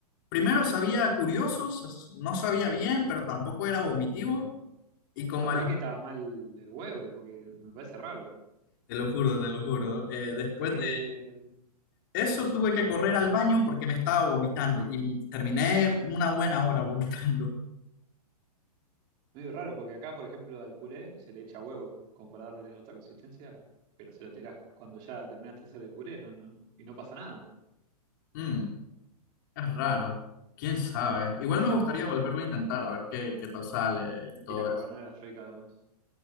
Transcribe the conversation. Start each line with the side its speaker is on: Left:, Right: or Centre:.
Left: Primero sabía curioso, s- no sabía bien, pero tampoco era vomitivo.
Right: Pero
Left: Y como
Right: capaz
Left: al-
Right: que estaba mal el huevo, porque me parece raro.
Left: te lo juro, te lo juro, eh, después
Right: Porque
Left: de eso tuve que correr al baño porque me estaba vomitando y terminé una buena hora vomitando.
Right: Medio raro, porque acá, por ejemplo, al puré se le echa huevo, como para darle otra consistencia, pero se lo tirás cuando ya terminaste de hacer el puré, no, no, y no pasa nada.
Left: Mm, es raro, quién sabe. Igual me gustaría volverlo a intentar, a ver qué, qué tal sale y todo
Right: Y la carbonara es rica además.